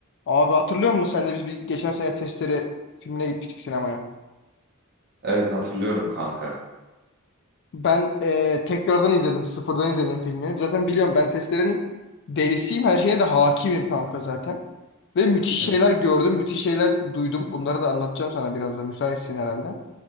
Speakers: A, on the left; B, on the right.
A: Abi hatırlıyor musun sen de biz bir geçen sene Testere filmine gitmiştik sinemaya.
B: Evet hatırlıyorum kanka.
A: Ben eee, tekrardan izledim. Sıfırdan izledim filmi. Zaten biliyorum ben Testere'nin delisiyim. Her şeyine de hakimim kanka zaten. Ve müthiş
B: Hı
A: şeyler gördüm. Müthiş şeyler duydum. Bunları da anlatacağım sana biraz da. Müsaitsin herhalde.